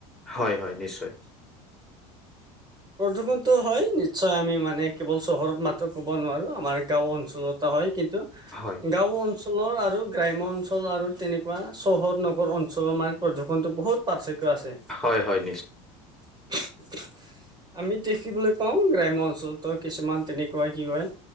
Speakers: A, in the centre; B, on the right.
A: হয় হয় নিশ্চয়
B: প্ৰদূষণটো হয় নিশ্চয় আমি মানে কেৱল চহৰত মাত্ৰ ক'ব নোৱাৰোঁ আমাৰ গাঁও অঞ্চলতো হয় কিন্তু
A: হয়
B: গাঁও অঞ্চলৰ আৰু গ্ৰাম্য অঞ্চল আৰু তেনেকুৱা চহৰ নগৰ অঞ্চলৰ আমাৰ প্ৰদূষনতো বহুত পাৰ্থক্য আছে
A: হয় হয় নিশ্চয়
B: <inaudible> আমি দেখিবলৈ পাওঁ গ্ৰাম্য অঞ্চলতো কিছুমান তেনেকুৱা কি হয়।